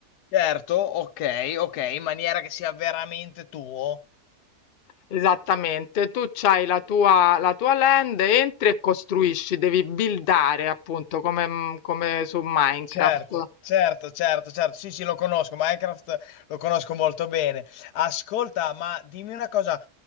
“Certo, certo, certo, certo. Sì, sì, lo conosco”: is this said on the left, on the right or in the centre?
Left